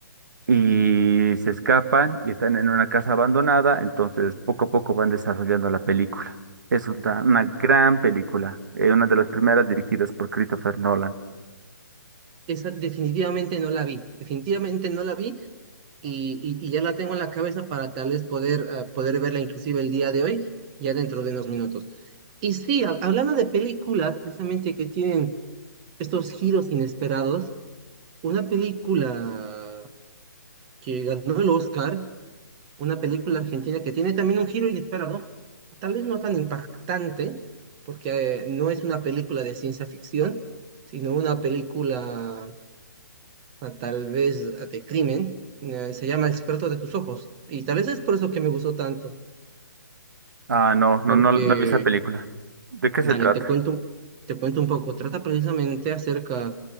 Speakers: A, on the right (about 65°); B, on the right (about 20°).
A: y se escapan y están en una casa abandonada, entonces poco a poco van desarrollando la película. Es una, una gran película, eh, una de las primeras dirigidas por Christopher Nolan.
B: Esa definitivamente no la vi, definitivamente no la vi y, y- y ya la tengo en la cabeza para tal vez poder, ah, poder verla inclusive el día de hoy, ya dentro de unos minutos. Y sí, hab- hablando de películas, precisamente que tienen estos giros inesperados, una película que ganó el Oscar, una película argentina que tiene también un giro inesperado, ¿no? tal vez no tan impactante, porque eh, no es una película de ciencia ficción, sino una película ah, tal vez ah, de crimen, eh, se llama El secreto de tus ojos, y tal vez es por eso que me gustó tanto,
A: Ah, no,
B: porque
A: no, no, no vi esa película. ¿De qué se
B: Dale,
A: trata?
B: te cuento, te cuento un poco. Trata precisamente acerca